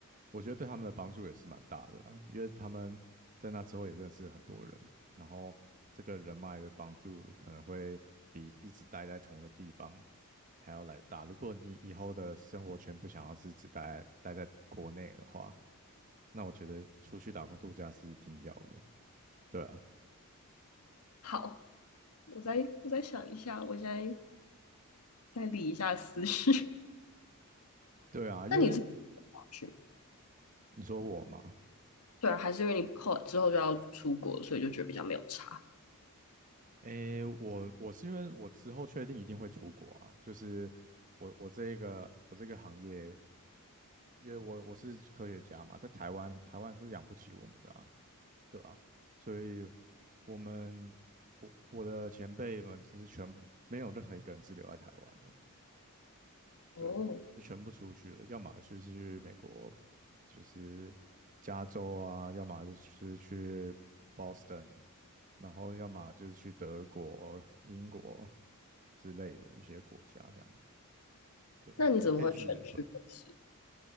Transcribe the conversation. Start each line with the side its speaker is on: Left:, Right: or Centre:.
Right: 我觉得对他们的帮助也是蛮大的啊因为他们在那之后也认识很多人，然后这个人脉的帮助可能会比一直待在同个地方还要来得大。如果你以后的生活圈不想要是只待待在国内的话，那我觉得出去打工度假是一定要的。对啊，
Left: 好。我再我再想一下，我再再理一下思绪。<laughs>
Right: 对啊，因为
Left: 那你这去
Right: 你说我嘛，
Left: 对啊，还是因为你后之后就要出国，所以就觉得比较没有差。
Right: 诶，我我是因为我之后确定一定会出国啊，就是我我这一个我这个行业，因为我我是科学家嘛，在台湾台湾是养不起我们的啊，对啊，所以我们我我的前辈们其实全部没有任何一个人是留在台湾的，
Left: 哦，
Right: 对，就全部出去了，要么就是去美国，就是加州啊，要么就是去 Boston，然后要么就是去德国、英国之类的一些国家这样子。对，
Left: 那你怎么会选去北市？
Right: 也可以去